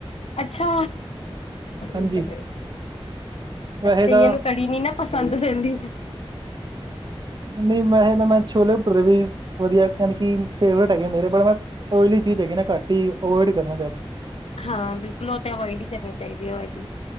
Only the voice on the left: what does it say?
ਅੱਛਾ, ਠੀਕ
ਹੈ ਫਿਰ
ਕਈਆਂ
ਨੂੰ। ਪੀਨੀ ਨਾ ਪਸੰਦ ਰਹਿੰਦੀ।
ਹਾਂ ਬਿਲਕੁਲ ਉਹ ਤਾਂ ਅਵਾਇਡ ਹੀ ਕਰਨੀ ਚਾਹੀਦੀ ਹੈ। ਆਇਲੀ।